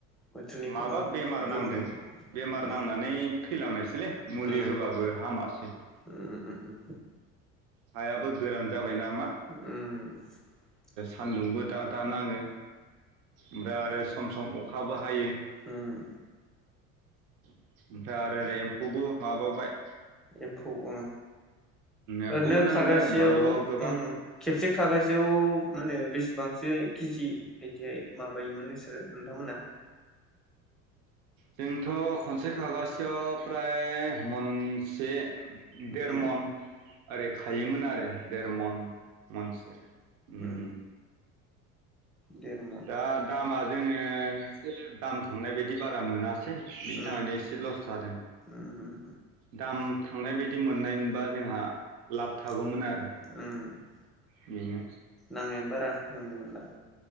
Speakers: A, in the centre; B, on the right.
A: बोथोरनि गोबां
B: माबा बेमार
A: गोहोम
B: नांदों
A: गोलैयो
B: बेमार
A: उम
B: नांनानै थैलांनायसि लाय मुलि
A: उम
B: होबाबो हामासै
A: उम उम
B: हायाबो गोरान जाबाय ना
A: ओ-ओम
B: सानदुंबो दा दा नाङो ओमब्रा आरो सम सम अख खाबो हायो <inaudible>
A: उम
B: <inaudible> ओमफ्राय आरो रेम्फौबो माबोबाय
A: एम्फौ अह
B: एम्फौबो
A: ओरैनो
B: नाङो
A: खागासेयाव
B: बानलुआव
A: ओम
B: गोबां
A: ओम खेबसे खागासेयाव मा होनो बिसे बांसिनै की जी बिदिहाय माबायोमोन नोंसोरो नोंथांमोना
B: जोंथ' खनसे खागासेयाव प्राय मन से देरमन
A: उम
B: ओरै खायोमोन
A: उम
B: आरो देरमन मनसे ओम
A: उम देरमन
B: दा दामारो जोङो एसे दाम थांनाय बायदिबा दा मोनास बेनि
A: उम
B: थाखायनो इसे लस जादों
A: उम
B: दाम थांनाय बायदि मोननाय मोनबा जोंहा लाब
A: ओम
B: थागौमोन आरो बेनो
A: नांनायनि बारा मोनगौमोनदां